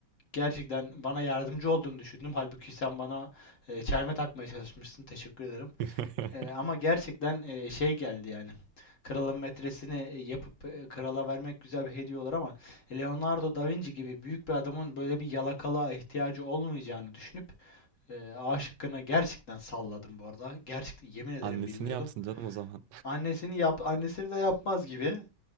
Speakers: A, on the left; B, on the right.
A: gerçekten bana yardımcı olduğunu düşündüm. Halbuki sen bana e, çelme takmaya çalışmışsın. Teşekkür ederim.
B: <laughs>
A: E, ama gerçekten e, şey geldi yani. Kralın metresini e, yapıp e, krala vermek güzel bir hediye olur ama Leonardo da Vinci gibi büyük bir adamın böyle bir yalakalığa ihtiyacı olmayacağını düşünüp e, A şıkkını gerçekten salladım bu arada. Gerçekten
B: <laughs>
A: yemin ederim
B: Annesini
A: bilmiyordum.
B: yapsın canım o zaman.
A: Annesini yap, annesini de yapmaz gibi.